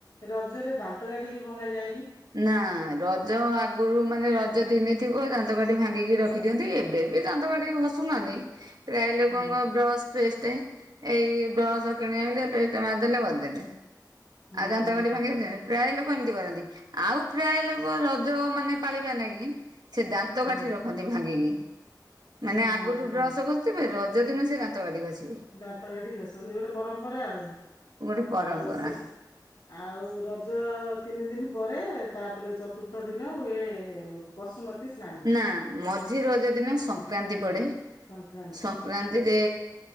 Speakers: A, on the left; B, on the right.
A: ରଜରେ ଦାନ୍ତ କାଠି ବି ଭଙ୍ଗା ଯାଏନି।
B: ନା ରଜ ଆଗରୁ ମାନେ ରଜ ଦିନେ ଥିବ ଦାନ୍ତକାଠି ଭାଙ୍ଗିକି ରଖନ୍ତି। ରଖିଦିଅନ୍ତି ଏବେ ଏବେ ଦାନ୍ତ କାଠି ଘସୁନାହାନ୍ତି ପ୍ରାୟ ଲୋକଙ୍କ
A: ହଁ
B: ବ୍ରସ୍ ପେଷ୍ଟ ଏଇ ବ୍ରସ କିଣ ଆଣିଲେ ପେଷ୍ଟ ମାରିଦେଲେ ଘଷିଦେଲେ।
A: ହୁଁ
B: ଆଉ ଦାତା କାଠି
A: ହୁଁ
B: ଭାଙ୍ଗନ୍ତି ପ୍ରାୟ ଲୋକ ଏମିତି କରନ୍ତି। ଆଉ ପ୍ରାୟ ଲୋକ ରଜ ମାନେ ପାଳିବା ନାଇ କି ସେ ଦାନ୍ତ
A: ହଁ
B: କାଠି ରଖନ୍ତି ଭାଙ୍ଗିକି। ମାନେ
A: ହଁ
B: ଆଗରୁ
A: ହଁ
B: ଡ୍ରସ ଖସିଥିବେ ରଜ ଦିନ ସେ ଦାନ୍ତ କାଠି ଘସିବେ।
A: ଦାନ୍ତ କାଠି ବସନ୍ତି ଗୋଟେ ପରମ୍ପରା ଆଉ
B: ଗୋଟେ ପରମ୍ପରା
A: ଆଉ ସେ ଆଉ ରଜ ତିନି ଦିନ ପରେ ତାପରେ ଚତୁର୍ଥ ଦିନ ହୁଏ ବସୁମତୀ ସ୍ନାନ
B: ନା ମଝି ରଜ ଦିନ ସଂକ୍ରାନ୍ତି ପଡେ।
A: ସଂକ୍ରାନ୍ତି
B: ସଂକ୍ରାନ୍ତିରେ